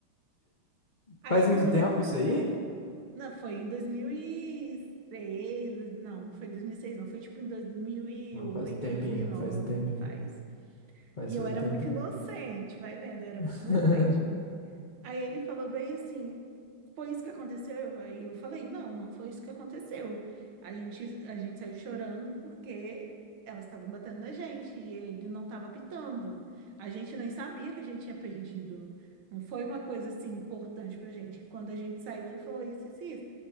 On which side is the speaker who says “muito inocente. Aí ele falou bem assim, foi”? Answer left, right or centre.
Right